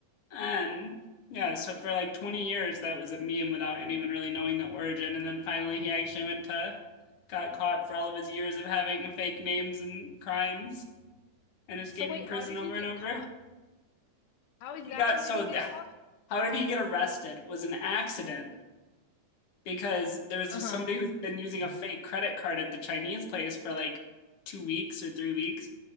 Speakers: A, on the left; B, on the left.
A: And yeah, so for like 20 years that was a meme without anyone really knowing the origin. And then finally he actually went to got caught for all of his years of having fake names and crimes and escaping
B: So wait,
A: prison
B: how did
A: over
B: he get
A: and over.
B: caught? How exactly
A: He got so
B: did he
A: th-
B: get caught?
A: how did he get arrested? It Was an accident because there was
B: Uh-huh.
A: a, somebody who's been using a fake credit card at the Chinese place for like two weeks or three weeks.